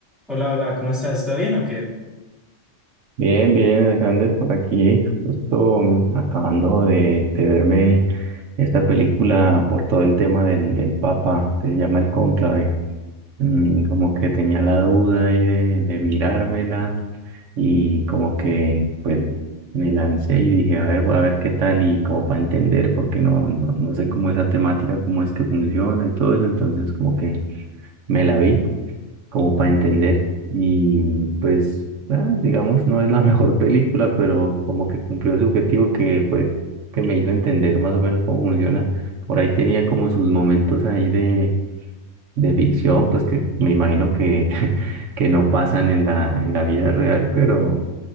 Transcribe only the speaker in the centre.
Hola, hola, ¿cómo estás? ¿Todo bien o qué?